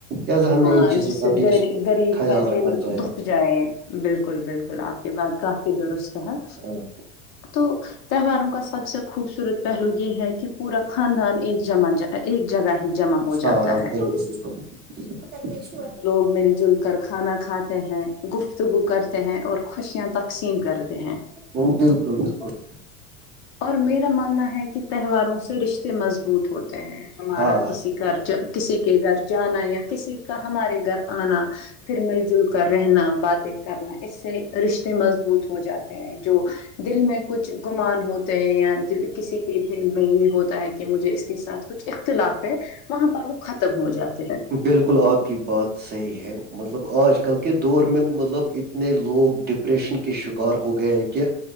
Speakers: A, on the right; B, on the left.
A: لہذا ہمیں
B: ہاں
A: ان چیزوں
B: جس
A: کا
B: سے
A: بھی اس
B: غریب
A: خیال
B: کا
A: رکھنا
B: دل
A: چاہیے
B: دکخ جائے بالکل بالکل آپ یہ بات کافی درست ہے
A: ہاں
B: تو تہواروں کا سب سے خوبصورت پہلو یہ ہے کہ پورا خاندان ایک جما ایک جگہ ہی جمع ہو
A: ہاں
B: جاتا
A: ہاں
B: ہے
A: بالکل بالکل
B: لوگ مل جل کر کھانا کھاتے ہیں گفتگو کرتے ہیں اور خوشیاں تقسیم کرتے ہیں
A: <unintelligible>
B: اور میرا ماننا ہے کہ تہواروں سے رشتے مضبوط ہوتے ہیں ہمارا
A: ہاں
B: کسی گارجن کسی کے گر جانا یا کسی کا ہمارے گر آنا پھر مل جل کر رہنا باتیں کرنا اس سے رشتے مضبوط ہو جاتے ہیں جو دل میں کچھ گمان ہو یا کسی کے دل میں یہ ہوتا ہے کہ مجھے اس کے ساتھ کچھ اختلاف ہے وہاں پر وہ ختم ہو جاتے ہیں
A: بالکل آپ کی بات صحیح ہے مطلب آج کل کے دور میں مطلب اتنے لوگ ڈپریشن کے شک کار ہو گئے ہیں کہ